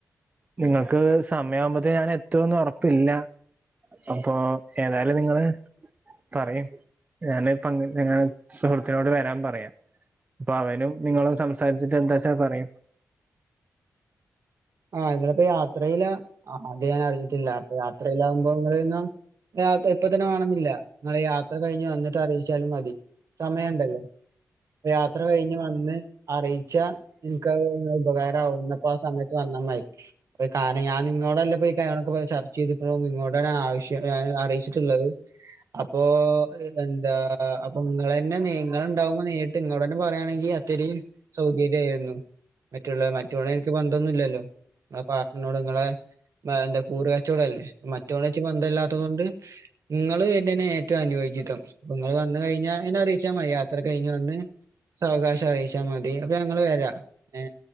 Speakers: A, on the right (about 25°); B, on the right (about 65°).
A: നിങ്ങൾക്ക് സമയമ്പ അത് ഞാൻ എത്തുന്ന് ഉറപ്പില്ല അപ്പൊ ഏതാലും നിങ്ങള് പറയും ഞാന് <unintelligible> സുഹൃ ച്ഛനോട് വരാൻ പറയാം അപ്പൊ അവനും നിങ്ങളും സംസാരിച്ചിട്ട് എന്താച്ചാ പറയം
B: ആ്ഹ് നിങ്ങളപ്പോ യാത്രയില ആഹ് അത് ഞാൻ അറിഞ്ഞിട്ടില്ല അപ്പൊ യാത്രയിലമ്പോ നിങ്ങളിന്ന <unintelligible> ഇപ്പ തന്നെ വേണന്നില്ല നിങ്ങളെ യാത്ര കഴിഞ്ഞ് വന്നിട്ട് അറിച്ചാലും മതി സമയണ്ടല്ലോ യാത്ര കഴിഞ്ഞ് വന്ന് അറിയിച്ചാ നിനക്ക്ത് ഉപകാരമാവുന്ന പ സമയ ന്ന മൈക്ക് കാരണം ഞാൻ നിങ്ങളോല്ലപ്പ ഇ കാര്യങ്ങളൊകെ ച ചെയ്തിക്ക്ണു ഇങ്ങോട്ടാണ് ആവശ്യം ഞാൻ അറിയിച്ചിട്ട്ള്ളത് അപ്പൊ എന്താ അപ്പൊ ങ്ങളെന്നെ നീങ്ങള് ഉണ്ടാവുമ്പോ നീട്ട് ഇങ്ങളോടെ പറയയാണെങ്കി അത്രീം സൗകര്യായിരുന്നു മറ്റുള്ള മറ്റ് എനിക്ക് ന്തന്നുല്ലല്ലോ എന്നോട് ങ്ങളെ മ്മാൻറ കൂറുകച്ചോടം അല്ലേ മ റ്റളച്ച് ബന്ധം ഇല്ലാത്തത് കൊണ്ട് നിങ്ങള് എന്നേന് ഏറ്റവും അനുയോജിതം നിങ്ങള് വന്ന് കഴിഞ്ഞാ എന്നെ അറിയിച്ചാ മയി യാത്ര കഴിഞ്ഞ് വന്ന് സാവകാശം അറിയിച്ചാൽ മതി അപ്പം ഞങ്ങള് വരാ ഏ